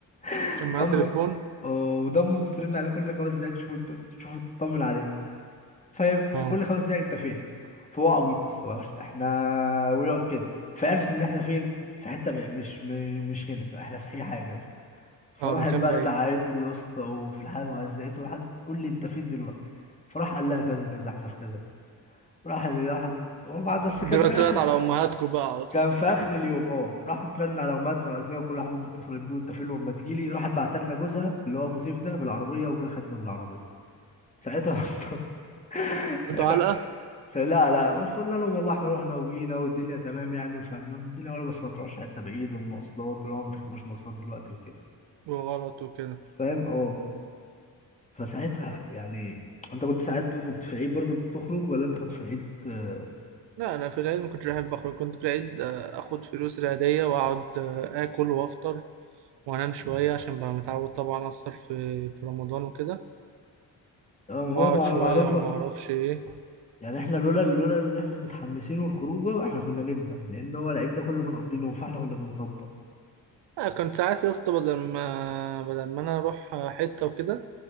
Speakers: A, on the left; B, on the right.
A: <laughs>
B: كان معايا
A: دمه
B: تليفون
A: اه ودمه بترن عليه كل خمس دقايق تشوفوا انتوا تشوفوا تطمن عليه فاهم فكل
B: اه
A: خمس دقايق انت فين فهو عبيط يا اسطى مش- احنا ويقعد كده فعرفت ان احنا فين في حته بقى مش م- مش هنا احنا في اي حاجه فراحت
B: اه مكان
A: بقى
B: بعيد
A: زعقت له يا اسطى وفي الحال وهزقته لحد قول لي انت فين دلوقتي فراح قال لها كذا كذا احنا في كذا كذا راح راحت وبعد بس
B: دلوقتي
A: كان في اخر
B: طلعت على امهاتكم بقى على طول
A: كان في اخر اليوم اه راحت ترن على امهاتنا وقالت لنا كل واحد امه اتصلت بيه وانت فين لما تجيلي راحت بعت لنا جوزها اللي هو ابو سيف ده بالعربيه وجا خدنا بالعربيه ساعتها اصلا <laughs>
B: كلتوا
A: ساعتها
B: علقه
A: س- لا لا بس قلنا لهم والله احنا رحنا وجينا والدنيا تمام يعني وفهمناهم الدنيا ولا بس ما تروحش حته بعيد والمواصلات اللي هو ما تركبوش مواصلات دلوقتي وكده
B: وغلط وكده
A: فاهم اه فساعتها يعني انت كنت ساعات كنت في العيد برضو بتخرج ولا انت كنت في العيد اه
B: لا انا في العيد ما كنتش بحب اخرج كنت في العيد آه، اخد فلوس العيديه واقعد آه، اكل وافطر وانام شويه عشان بقى متعود طبعا اسهر في في رمضان وكده
A: آه، ما
B: واقعد
A: هو مع-
B: شويه
A: معروفة
B: وما اعرفش ايه
A: يعني احنا لولا لولا اللي احنا متحمسين والخروجه احنا كنا نمنا لان هو العيد ده كله بنقضي نوم فاحنا كنا بنطبق
B: لا كنت ساعات يا اسطى بدل ما بدل ما انا اروح حته وكده